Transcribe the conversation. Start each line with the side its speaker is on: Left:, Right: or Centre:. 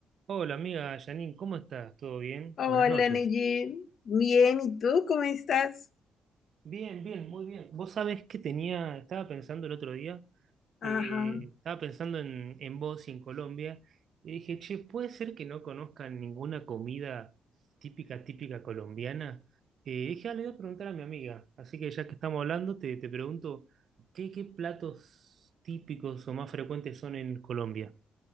Right: Hola amiga Janine, ¿cómo estás? ¿Todo bien?
Left: Hola,
Right: Buenas noches.
Left: Neji. Bien, ¿y tú cómo estás?
Right: Bien, bien, muy bien. Vos sabés que tenía, estaba pensando el otro día,
Left: Ajá.
Right: eh, estaba pensando en, en vos y en Colombia, y dije, che, ¿puede ser que no conozcan ninguna comida típica, típica colombiana? Eh, dije, ah, le voy a preguntar a mi amiga, así que ya que estamos hablando, te, te pregunto, ¿qué, qué platos típicos o más frecuentes son en Colombia?